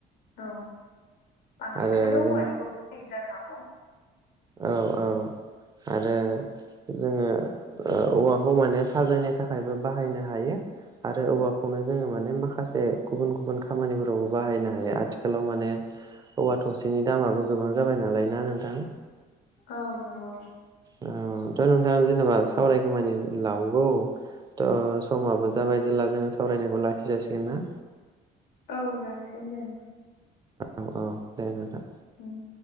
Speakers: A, on the left; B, on the right.
A: औ बांसिनानो
B: आरो
A: औवानिखौ
B: जेन
A: जानो हागौ
B: औ औ आरो जोङो औवाखौ माने साजायनो थाखायबो बाहायनो हायो आरो औवाखौनो जोङो माने माखासे गुबुन गुबुन खामानिफोरावबो बाहायनो हायो आथिखालाव माने औवा थसेनि दामाबो गोबां जाबाय नालाय ना नोंथां
A: औ नंगौ
B: औ थ' नोंथाङा जेनेबा सावराय खामानि लावगौ थ' समाबो जाबाय जेब्ला जोङो सावरायनायखौ लाखि जासिगोन ना
A: औ जासिगोन दे
B: औ औ दे नोंथां
A: उम